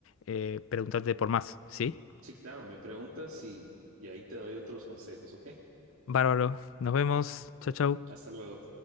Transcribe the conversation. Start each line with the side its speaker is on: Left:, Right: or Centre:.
Left: eh, preguntarte por más, ¿sí?
Right: Sí, claro, me preguntas y, y ahí te doy otros consejos, ¿ok?
Left: Bárbaro, nos vemos. Chau, chau.
Right: Hasta luego.